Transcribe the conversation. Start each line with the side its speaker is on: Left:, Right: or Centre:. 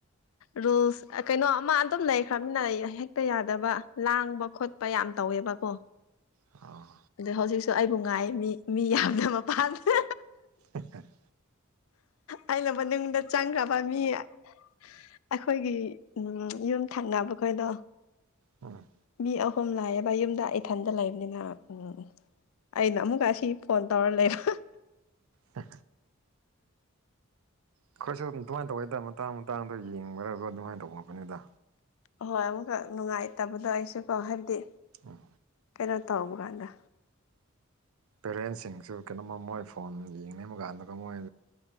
Left: ꯔꯨꯜꯁ ꯀꯩꯅꯣ ꯑꯃ ꯑꯗꯨꯝ ꯂꯩꯈ꯭ꯔꯕꯅꯤꯅ ꯍꯦꯛꯇ ꯌꯥꯗꯕ ꯂꯥꯡꯕ ꯈꯣꯠꯄ ꯌꯥꯝ ꯌꯥꯝ ꯇꯧꯋꯦꯕꯀꯣ
Right: ꯑ
Left: ꯑꯗ ꯍꯧꯖꯤꯛꯁꯨ ꯑꯩꯕꯨ ꯉꯥꯏ ꯃꯤ ꯃꯤ ꯌꯥꯝꯅ ꯃꯄꯥꯟꯗꯦ
Right: ꯑꯦꯇꯥꯔꯦ
Left: ꯑꯩꯅ ꯃꯅꯨꯡꯗ ꯆꯪꯈ꯭ꯔꯕ ꯃꯤꯌꯦ ꯑꯩꯈꯣꯏꯒꯤ ꯎꯝ ꯌꯨꯝ ꯊꯪꯅꯕ ꯈꯣꯏꯗꯣ
Right: ꯎꯝ
Left: ꯃꯤ ꯑꯍꯨꯝ ꯂꯥꯛꯑꯕ ꯌꯨꯝꯗ ꯏꯊꯟꯗ ꯂꯩꯕꯅꯤꯅ ꯎꯝ ꯑꯩ ꯅ ꯑꯃ ꯀꯥꯁꯤ ꯐꯣꯟ ꯇꯧꯔ ꯂꯩꯔꯣ
Right: ꯍ ꯑꯩꯈꯣꯏꯁꯨ ꯑꯗꯨꯃꯥꯏꯅ ꯇꯧꯩꯗ ꯃꯇꯥꯡ ꯃꯇꯥꯡꯗ ꯌꯦꯡꯕꯔꯒ ꯑꯗꯨꯃꯥꯏꯅ ꯇꯧꯕ ꯉꯄꯅꯤꯗ
Left: ꯑꯍꯣꯏ ꯑꯃꯨꯛꯀꯛ ꯅꯨꯡꯉꯥꯏꯇꯕꯗꯣ ꯑꯩꯁꯨ ꯀꯣ ꯍꯥꯏꯕꯗꯤ
Right: ꯑ
Left: ꯀꯩꯅꯣ ꯇꯥꯎꯕ ꯀꯥꯟꯗ
Right: ꯄꯦꯔꯦꯟꯁꯤꯡꯁꯨ ꯀꯩꯅꯣꯃ ꯃꯣꯏ ꯐꯣꯟ ꯌꯦꯡꯅꯤꯡꯕ ꯀꯥꯟꯗꯨꯒ ꯃꯣꯏ